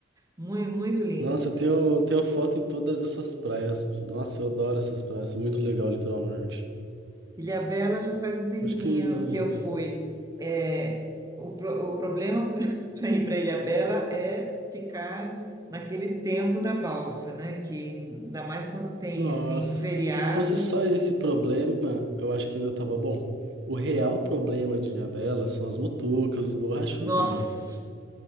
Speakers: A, on the right; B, on the right.
A: muito, muito lindas.
B: Nossa, eu tenho, tenho foto em todas essas praias. Nossa, eu adoro essas praias, muito legal o litoral norte.
A: Ilhabela já faz um tempinho
B: Acho que
A: que eu fui. É, o, pro- o problema para <laughs> ir para Ilhabela é ficar naquele tempo da balsa, né? Que ainda mais quando tem
B: Nossa,
A: assim feriado.
B: se fosse só esse problema, eu acho que ainda tava bom. O real problema de Ilhabela são as mutucas, os borrachudos,
A: Nossa,
B: meu.